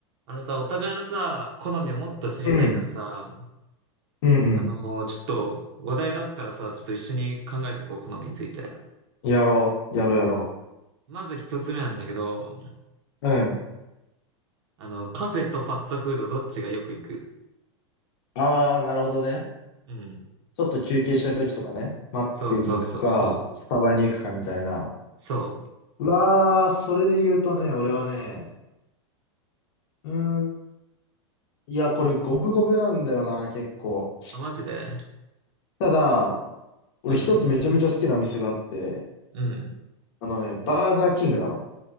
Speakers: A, on the right (about 60°); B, on the left (about 55°).
A: あのさ、お互いのさ、好みをもっと知りたいからさ、
B: うん、うん、
A: あのーちょっと話題出すからさ、ちょっと一緒に考えていこう、好みについて。
B: うん。やろう、やろう、やろ
A: まず一つ目なんだけど、
B: う。うん。
A: あの、カフェとファストフードどっちがよく行く
B: ああ、なるほどね。
A: うん。
B: ちょっと休憩したい時とかね。マックに行くか、
A: そうそうそうそう。
B: スタバに行くかみたいな。
A: そう。
B: うわあ、それで言うとね、俺はね、うーん。いや、これ五分五分なんだよな、結構。
A: あ、マジで
B: ただ、俺一つめちゃめちゃ好きなお店があって、
A: うん。うん。
B: あのね、バーガーキングなの。